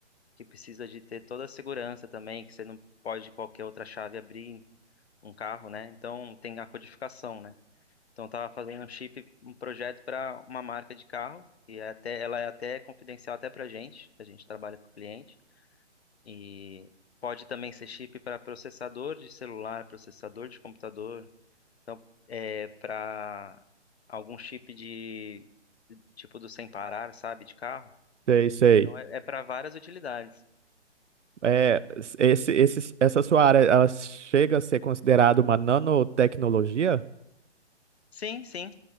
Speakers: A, on the left; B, on the right.
A: que precisa de ter toda a segurança também, que você não pode qualquer outra chave abrir um carro, né? Então tem a codificação, né? Então eu tava fazendo um chip, um projeto para uma marca de carro e é até ela é até confidencial até para gente, a gente trabalha para o cliente e pode também ser chip para processador de celular, processador de computador, então é para algum chip de tipo do sem parar, sabe, de carro.
B: Sei, sei.
A: Então é, é para várias utilidades.
B: É, esse, esse, essa sua área, ela chega a ser considerada uma nanotecnologia?
A: Sim, sim.